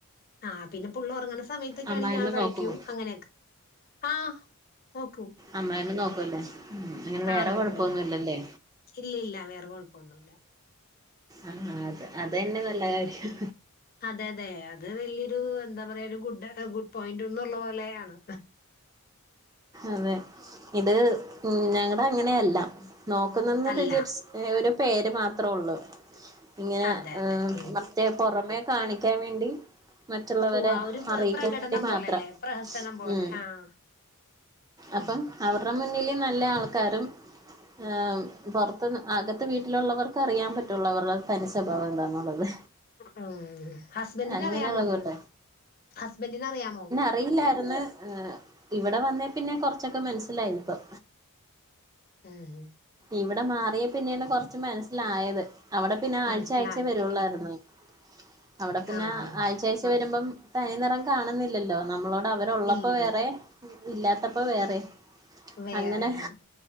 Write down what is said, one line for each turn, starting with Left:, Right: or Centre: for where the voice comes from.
Left: ആഹ് പിന്നെ പുള്ള ഉറങ്ങണ സമയത്തൊക്കെയ
Right: അമ്മായിമ്മ
Left: ആണെങ്കിൽ ഞാൻ കഴിക്കും
Right: നോക്കുവോ
Left: അങ്ങനെയൊക്കെ ആഹ് നോക്കും
Right: അമ്മ നോക്കൂല്ലേ അങ്ങനെ വേറെ
Left: ആഹ് നോക്കും
Right: കൊഴപ്പൊന്നുല്ലല്ലേ
Left: നോക്കും ഉം. ഇല്ല ഇല്ല വേറെ കൊഴപ്പൊന്നുല്ല
Right: ആഹ അത് അത് തന്നെ നല്ല കാര്യം
Left: അതെ അതെ അത് വലിയൊരു എന്താ പറയാ ഒരു ഗുഡ് ഗുഡ് പോയിന്റന്ന്ള്ള പോലെയാണ്
Right: അതെ ഇത് ഉം ഞങ്ങടെ അങ്ങനെയല്ല നോക്കുന്നെന്ന്
Left: അല്ല
Right: വിചരിച്ച് ഒരു പേര് മാത്രേ ഉള്ളൂ ഇങ്ങനെ
Left: അതെ അതെ ഉം.
Right: മറ്റേ പുറമെ കാണിക്കാൻ വേണ്ടി മറ്റുള്ളവരെ
Left: ഉവ്വ് ആ ഒരു പ-
Right: അറിയിക്കാൻ
Left: പ്രകടനം
Right: വേണ്ടി മാത്രം
Left: പോലെല്ലേ പ്രഹസനം പോലെ
Right: ഉം
Left: ആഹ്. ഉം.
Right: അപ്പം അവരടെ മുന്നില് നല്ല ആൾക്കാരും ആഹ് പൊറത്ത് അകത്ത് വീട്ടിലുള്ളവർക്ക് അറിയാൻ പറ്റുള്ളൂ അവരടെ തനി സ്വഭാവം എന്താന്നുള്ളത്
Left: അത് ഹസ്ബൻഡിന്
Right: അങ്ങനെയുള്ള
Left: അറിയാമോ ഇത്
Right: കൂട്ട
Left: ഹസ്ബൻഡിന് അറിയാമോ
Right: അറിയില്ലായിര്ന്ന് എഹ് - ഇവിടെ വന്നേ പിന്നെ കൊറച്ചൊക്കെ മനസ്സിലായത് ഇപ്പം
Left: ഉം
Right: ഇവിടെ മാറിയ പിന്നെയാണ് കൊറച്ച് മനസ്സിലായത് അവിടെ- പിന്നെ ആഴ്ച
Left: മനസ്സിലായത്
Right: ആഴ്ചേ വരുള്ളായിരുന്ന് അവിടെ പിന്നെ
Left: ആഹ്
Right: ആ ആഴ്ച ആഴ്ച്ച വരുമ്പം തനി നിറം കാണുന്നില്ലല്ലോ നമ്മളോട് അവരുള്ളപ്പോ
Left: ഇല്ല
Right: വേറെ-
Left: ഇല്ല
Right: ഇല്ലാത്തപ്പോ വേറെ
Left: വേറെയൊ
Right: അങ്ങനെ